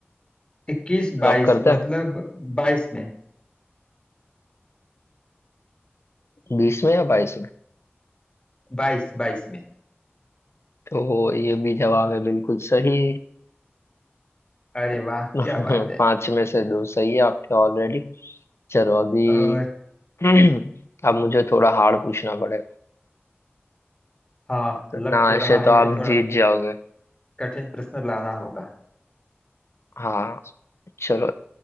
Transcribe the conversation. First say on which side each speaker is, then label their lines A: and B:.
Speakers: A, on the left; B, on the left.
A: इक्कीस बाईस
B: लॉक करते हैं
A: मतलब बाईस में
B: बीस में या बाईस में
A: बाईस बाईस में
B: तो ये भी जवाब है बिल्कुल सही
A: अरे वाह
B: <laughs>
A: क्या बात है
B: पांच में से दो सही है आपके ऑलरेडी चलो अभी
A: और
B: <clears throat> अब मुझे थोड़ा हार्ड पूछना पड़ेगा
A: हाँ
B: तो
A: लग
B: ना
A: तो
B: ऐसे
A: रहा
B: तो
A: है
B: आप
A: कि थोड़ा
B: जीत जाओगे
A: कठिन प्रश्न लाना होगा
B: हाँ चलो